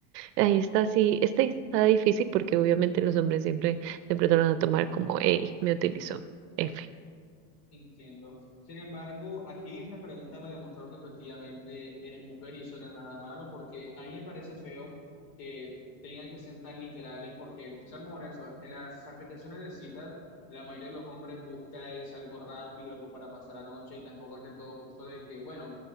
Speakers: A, on the right; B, on the left.
A: Ahí está, sí, este está difícil porque obviamente los hombres siempre te pronto lo van a tomar como, hey, me utilizó, F.
B: Entiendo. Sin embargo, aquí esta pregunta me demostró que efectivamente eres mujer y eso no es nada malo, porque a mí me parece feo que tengan que ser tan literales, porque seamos honestos, en las aplicaciones de citas, la mayoría de los hombres busca es algo rápido, algo para pasar la noche, y tampoco es del todo justo de que, bueno,